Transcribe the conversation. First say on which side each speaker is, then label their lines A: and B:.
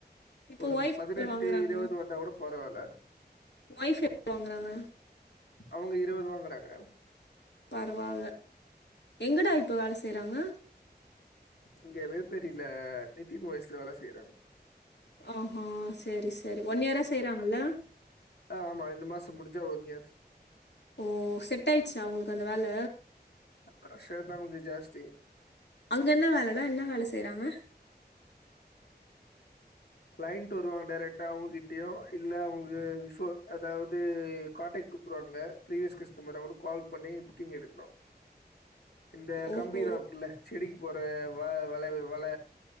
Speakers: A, on the left (about 80°); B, on the left (about 70°).
A: இப்போ
B: ஒரு
A: ஒய்ஃப்
B: பதினெட்
A: வாங்குறாங்க
B: வந்தா கூட பரவால்ல
A: உங் ஒய்ஃப் எ <inaudible> வாங்குறாங்க
B: அவுங்க இருவது வாங்குறாங்க
A: பரவால்ல எங்கடா இப்ப வேல செய்றாங்க
B: இங்க வேப்பேரில நிதின் ஒய்ஸ்ல வேல செய்றாங்க
A: ஆ ஹா சேரி சேரி ஒன் இயரா செய்யறாங்கல்ல
B: ஆ ஆமா ரெண்டு மாசோ முடிஞ்சா ஒன்யர்
A: ஓ செட் ஆய்ச்சா அவுங்ளுக்கு அந்த வேல
B: அ பிரஷர்தா கொஞ்சோ ஜாஸ்தி
A: அங்க என்ன வேலைனா என்ன வேல செய்றாங்க
B: கிளையண்ட் வருவாங்க டேரக்ட்டா அவுங்ககிட்டுயு இல்ல அவுங்க விஃபோர் அதாவது கான்டக்ட் குட்த்ருவாங்க பீரிவியஸ் கஸ்டமர் அவுங்குளுக் கால் பண்ணி புக்கிங் எடுக்குணு
A: <inaudible>
B: இந்த
A: ஓஹோ
B: கம்பீராகுல்ல செடிக்கு போற வா வளைவு வல